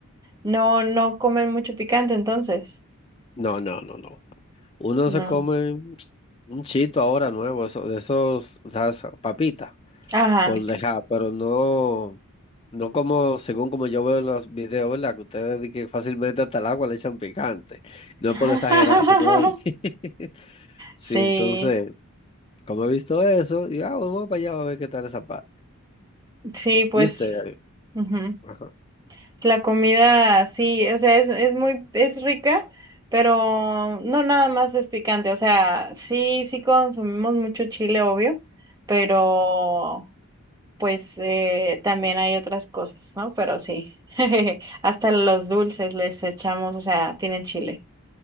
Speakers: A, on the right; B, on the left.
A: no, no comen mucho picante, entonces.
B: No, no, no, no. Uno
A: No.
B: se come un chito ahora nuevo, eso, de esos, o sea, esa papita,
A: Ajá.
B: por dejar, pero no. No como, según como yo veo en los videos, ¿verdad? Que ustedes di que fácilmente hasta el agua le echan picante.
A: <laughs>
B: No es por exagerar, sino <laughs> sí,
A: Sí,
B: entonces, como he visto eso, digo, ah, vamos para allá a ver qué tal esa parte.
A: sí, pues
B: Y usted,
A: ujú.
B: ajá,
A: La comida, sí, o sea, es, es muy, es rica, pero no nada más es picante, o sea, sí, sí consumimos mucho chile, obvio, pero pues eh, también hay otras cosas, ¿no? Pero sí, <laughs> hasta los dulces les echamos, o sea, tienen chile.